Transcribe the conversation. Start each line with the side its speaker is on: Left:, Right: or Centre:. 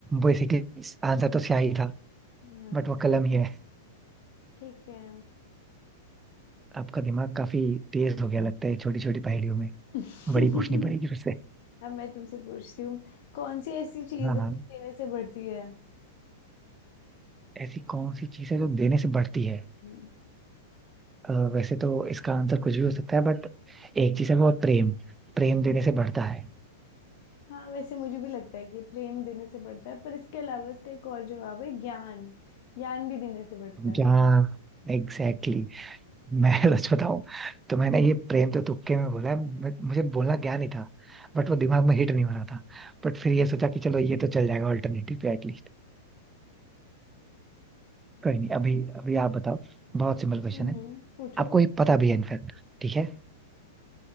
Right: बेसिकली आंसर तो स्याही था
Left: हाँ
Right: बट वो कलम ही है
Left: ठीक है
Right: आपका दिमाग काफी तेज हो गया लगता है छोटी छोटी पहेलियों में
Left: <laughs>
Right: बड़ी पूछनी पड़ेगी फिर से
Left: अब मैं तुमसे पूछती हूँ कौन सी ऐसी चीज
Right: हाँ
Left: है
Right: हाँ
Left: जो देने से बढ़ती है
Right: ऐसी कौन सी चीज है जो देने से बढ़ती है
Left: हम्म
Right: अ, वैसे तो इसका आंसर कुछ भी हो सकता है बट एक चीज है वो है प्रेम प्रेम देने से बढ़ता है
Left: हाँ वैसे मुझे भी लगता है कि प्रेम देने से बढ़ता है पर इसके अलावा इसका एक और जवाब है ज्ञान ज्ञान भी देने से बढ़ता है
Right: जहाँ एग्जैक्टली मैं <laughs> सच बताऊं तो मैंने ये प्रेम तो तुक्के में बोला है but मुझे बोलना ज्ञान ही था बट वो दिमाग में हिट नहीं हो रहा था बट फिर ये सोचा कि चलो ये तो चल जाएगा ऑल्टरनेटिव पे एटलीस्ट कोई नहीं अभी अभी आप बताओ बहुत सिंपल क्वेश्चन
Left: हम्म
Right: है
Left: हम्म, पूछो
Right: आपको ये पता भी है इनफैक्ट ठीक है